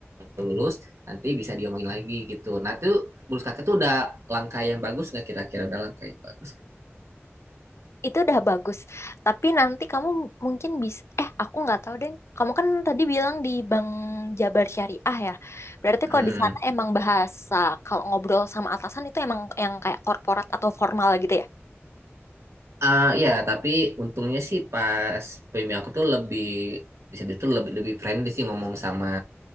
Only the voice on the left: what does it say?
itu udah bagus. Tapi nanti kamu mungkin bisa, eh aku nggak tahu deh. Kamu kan tadi bilang di Bank Jabar Syariah ya. Berarti
kalau di sana emang bahasa kalau ngobrol sama atasan itu emang yang kayak korporat atau formal gitu ya?